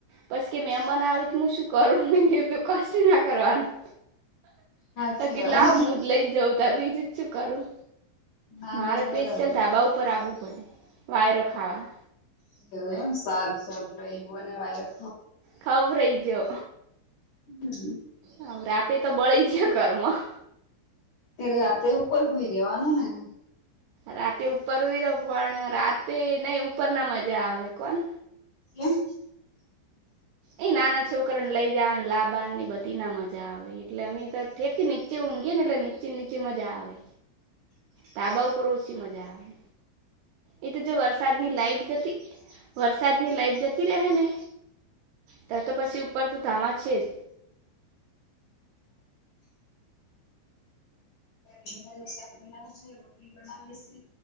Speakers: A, on the right; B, on the left.
A: પસ કે મે બનાવી શું કરું મી કે તું કશુંના કરવાનું
B: હાચી
A: તો કેલા
B: વાત
A: આ મુદ લઈ જઉં તો બીજું શું કરું
B: ના
A: મારે
B: ના બરાબર
A: પેશિયલ ધાબા ઉપર આવું પડે વાયર ખાવા
B: <unintelligible> એમ સારું સારું લઈ હોને વાય
A: ખવરેજો
B: હમ્મ
A: હમ્મ રાતે તો બળી જ ઘરમાં
B: તે રાતે ઉપર હુઈ રેવાનું ન
A: રાતે ઉપર હુઈ રહ્યો પણ રાતે નઈ ઉપર ના મજા આવે કોણ
B: કેમ
A: એ નાના છોકરાને, લઈ જવાને લાબવા ને બધી ના મજા આવે એટલે અમે તો ઠેર થી નીચે, ઊંઘીય ને એટલે નીચે નીચે મજા આવે તાબા ઉપર ઓછી, મજા આવે એ તો જો વરસાદની લાઈટ જતી, વરસાદની લાઈટ જતી રહે ને ત તો પછી ઉપર, તો ધામા છે જ
B: શખના રોટલી બનાવે છે.